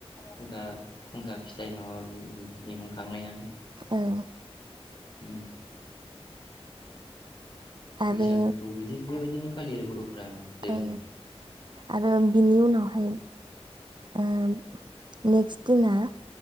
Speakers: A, on the left (about 50°); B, on the right (about 45°).
A: फुंखा । फुंखा फिथाइ माबा माबि मैगं खांलायनानै ।
B: ओं
A: उम
B: आरो
A: बैसागोखौ बिदि बेबायदिनो फालि आरो बर'फो <unintelligible> दे
B: ओ
A: बुं।
B: आरो बिनि उनावहाय ओम नेक्स दिना